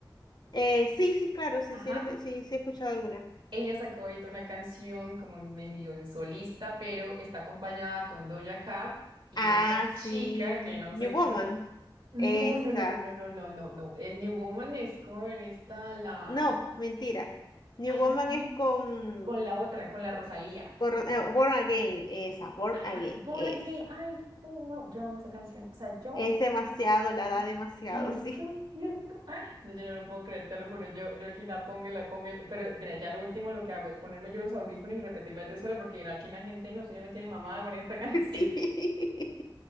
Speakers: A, on the left; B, on the right.
A: Eh, sí, sí, claro, sí,
B: ajá
A: sí, les- sí, sí he escuchado alguna.
B: Ella sacó ahorita una canción como en medio en solista, pero está acompañada con Doja Cat y
A: Ah,
B: otra chica
A: sí.
B: que no
A: New
B: sé,
A: Woman.
B: ahí está. No,
A: Esa.
B: no, no, no, no, no, no, no, no. Eh, New Woman es con esta, la...
A: No, mentira. New
B: Ay,
A: Woman
B: ¿cómo se llama?
A: es con,
B: Con la otra, con la Rosalía.
A: con Ro- eh, Born Again. Esa, Born
B: Ajá,
A: Again.
B: Born
A: Esa.
B: Again. Ay, sí, no, yo amo esa canción. O sea, yo.
A: Es demasiado,
B: No,
A: la da
B: no.
A: demasiado,
B: Cierto,
A: sí.
B: cierto. Ah, No, yo no lo puedo
A: <laughs>
B: creer, te lo juro. Yo, yo aquí la pongo y la pongo. y- Pero mira, ya lo último lo que hago es ponerme yo los audífonos y repetirla yo sola porque mira, aquí la gente no sé, ya me tiene mamada con esta <laughs> canción.
A: Sí. <laughs>